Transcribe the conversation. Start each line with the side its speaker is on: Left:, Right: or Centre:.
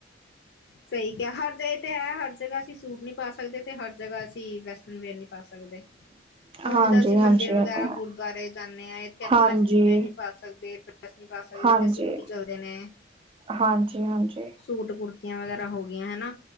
Left: ਸਹੀ ਕਿਹਾ ਹਰ ਜਗਏ ਤੇ ਐ, ਹਰ ਜਗ੍ਹਾ ਅਸੀਂ ਸੂਟ ਨਹੀਂ ਪਾ ਸਕਦੇ ਤੇ ਹਰ ਜਗ੍ਹਾ ਅਸੀਂ ਵੈਸਟਨ ਵੇਅਰ ਨਹੀਂ ਪਾ ਸਕਦੇ।
Right: <inaudible>
Left: ਹੁਣ
Right: ਹਾਂਜੀ,
Left: ਜਿੱਦਾਂ ਅਸੀਂ
Right: ਹਾਂਜੀ
Left: ਮੰਦਿਰ ਵਗੈਰਾ
Right: ਇਹ ਤਾਂ ਹੈ।
Left: ਗੁਰੂਦੁਆਰੇ ਜਾਂਦੇ ਆਂ। ਇੱਥੇ ਆਪਾਂ
Right: ਹਾਂਜੀ,
Left: ਵੈਸ਼ਟਨ ਵੇਅਰ ਨੀ ਪਾ ਸਕਦੇ ਇਕ ਡ੍ਰੈੱਸ ਨੀ ਪਾ ਸਕਦੇ ਨੇ,
Right: ਹਾਂਜੀ,
Left: ਇਥੇ ਸੂਟ ਹੀ ਚੱਲਦੇ ਨੇ।
Right: ਹਾਂਜੀ, ਹਾਂਜੀ।
Left: ਸੂਟ ਕੁੜਤੀਆਂ ਵਗੈਰਾ ਹੋ ਗਈਆਂ ਹੈ ਨਾ,